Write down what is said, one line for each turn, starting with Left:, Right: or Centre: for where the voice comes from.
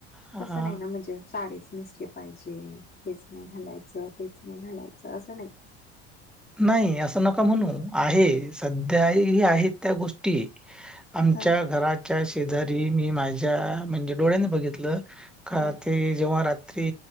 Centre: हा,
Left: तसं नाही ना म्हणजे साडीच नेसले पाहिजे, हेच नाही घालायचं, तेच नाही घालायचं, असं नाही.
Centre: नाही असं नका म्हणू
Left: हम्म
Centre: आहे सध्याही आहेत त्या गोष्टी आमच्या
Left: हा
Centre: घराच्या शेजारी मी माझ्या म्हणजे डोळ्याने बघितलं का
Left: ह
Centre: ते जेव्हा र्री